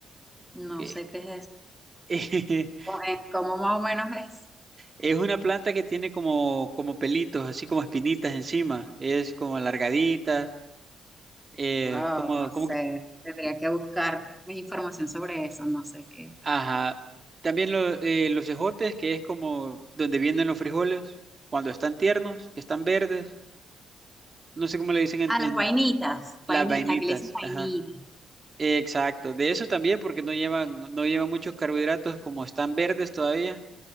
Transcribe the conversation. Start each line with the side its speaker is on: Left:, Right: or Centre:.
Centre: no
Right: que
Centre: sé qué es eso.
Right: <laughs>
Centre: Eh, ¿Cómo más o menos es?
Right: es una planta que tiene como, como pelitos, así como espinitas encima. Es como alargadita, eh,
Centre: Wow,
Right: como,
Centre: no
Right: como
Centre: sé,
Right: que,
Centre: tendría que buscar más información sobre eso, no sé qué.
Right: ajá. También lo- eh, los ejotes, que es como donde vienen los frijoles, cuando están tiernos, que están verdes. No sé cómo le dicen en,
Centre: Ah, las
Right: en
Centre: vainitas,
Right: las
Centre: vainitas,
Right: vainitas,
Centre: aquí le dicen vainitas.
Right: ajá. Exacto, de eso también, porque no llevan, no llevan muchos carbohidratos, como están verdes todavía.